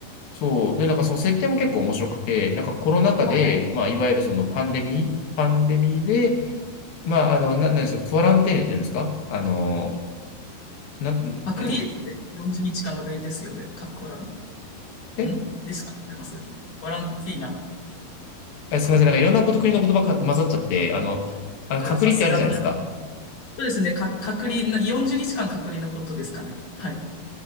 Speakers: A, on the left; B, on the left.
A: そう。で、なんかその設定も結構面白くて、なんかコロナ禍で、
B: はい。
A: まあ、いわゆるそのパンデミー、パンデミーで、まあ、あの、な、なんですか、クアランテーネって言うんですかあの、な、
B: 隔離ですね。
A: えっと、
B: 40日間の隔離ですよね。かっこ笑
A: え、
B: うん。ですかってます。ワランティーナ。
A: あすみません。
B: ワラン。
A: なんかいろんなこと、国の言葉が混ざっちゃって、あの、あの隔離ってあるじゃないですか。
B: いや、さすがた、そうですね。か、隔離な、40日間の隔離のことですかね。はい。